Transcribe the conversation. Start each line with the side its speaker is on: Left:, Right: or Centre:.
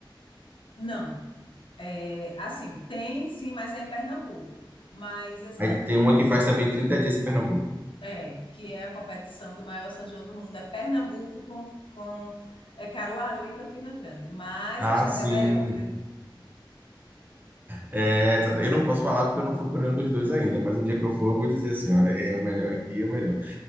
Left: Não. É, assim, tem sim, mas é em Pernambuco. Mas esse
Right: Aí
Left: tanto
Right: tem
Left: do,
Right: uma que faz também 30 dias em Pernambuco.
Left: é, que é a competição do maior São João do mundo, é Pernambuco com, com é Caruaru e Campina Grande. Mas
Right: Ah,
Left: a gente
Right: sim.
Left: é melhor, viu?
Right: É, exato. eu não posso falar porque eu não fui para nenhum dos dois ainda, mas um dia que eu for, eu vou dizer assim: olha, é melhor aqui, é melhor.